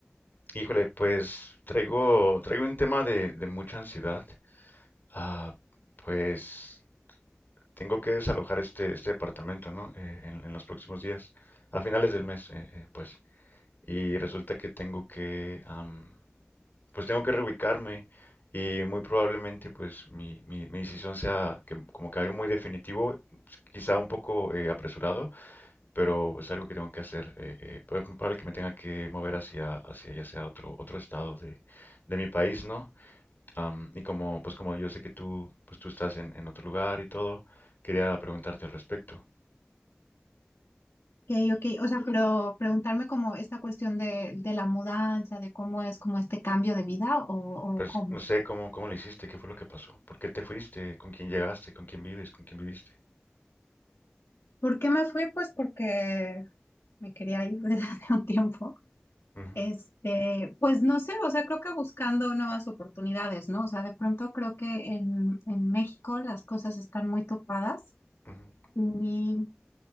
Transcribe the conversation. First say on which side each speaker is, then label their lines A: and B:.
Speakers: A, on the left; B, on the left.
A: Híjole, pues traigo, traigo un tema de, de mucha ansiedad. Ah, pues tengo que desalojar este, este departamento, ¿no? Eh, en, en los próximos días, a finales del mes, eh, eh, pues. Y resulta que tengo que, am, pues tengo que reubicarme y muy probablemente pues mi, mi, mi decisión sea que- como que algo muy definitivo, quizá un poco eh, apresurado, pero es algo que tengo que hacer. eh, eh, pero es muy probable que me tenga que mover hacia, hacia ya sea otro, otro estado de, de mi país, ¿no? Am, y como pues como yo sé que tú pues tú estás en, en otro lugar y todo, quería preguntarte al respecto.
B: Ok, ok. O sea, pero preguntarme como esta cuestión de, de la mudanza, de cómo es como este cambio de vida o,
A: Pues
B: o cómo.
A: no sé cómo, cómo lo hiciste, qué fue lo que pasó, por qué te fuiste, con quién llegaste, con quién vives, con quién viviste.
B: ¿Por qué me fui? Pues porque me quería ir <laughs> desde hace un tiempo.
A: Ujú,
B: Este, pues no sé, o sea, creo que buscando nuevas oportunidades, ¿no? O sea, de pronto creo que en, en México las cosas están muy topadas
A: ujú.
B: y